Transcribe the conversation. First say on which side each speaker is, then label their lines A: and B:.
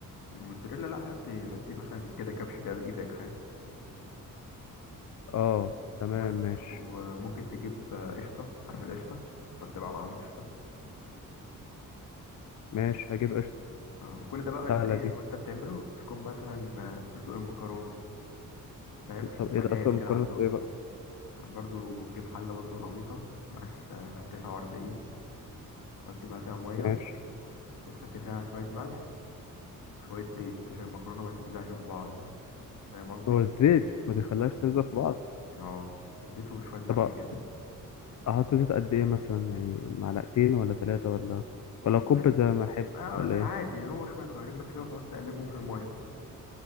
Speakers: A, on the left; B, on the left.
A: موتزاريلا لا حط حط مثلا كده كبش كده بايدك فاهم
B: اه تمام
A: بس
B: ماشي
A: وممكن تجيب قشطه عارف القشطه تحط بقى معاهم قشطه
B: ماشي هجيب قشطه
A: اه وكل ده بقى
B: سهله
A: انت ايه
B: دي
A: وانت بتعمله تكون مثلا بتسلق المكرونه فاهم عشان
B: طب
A: تبقى
B: ايه ده
A: جاهز
B: اصلا
A: كده
B: مكرونه
A: على طول
B: ايه بقى
A: برضو تجيب حله برضو غويطه مقاس آه، 49 تحط بقى فيها ميه
B: ماشي
A: وتحط فيها شويه ملح وشويه زيت عشان المكرونه ما تلزقش في بعض فاهم قصدي
B: هو الزيت ما بيخليهاش تلزق في بعض
A: اه زيت وشويه ملح
B: طب
A: كده
B: احط زيت قد ايه مثلا يعني معلقتين ولا ثلاثة ولا ولا كوب
A: زيت
B: زي ما احب
A: اه
B: ولا
A: زي-
B: ايه
A: عادي هو شويه صغيرين بس كده وتقعد تقلبهم في الميه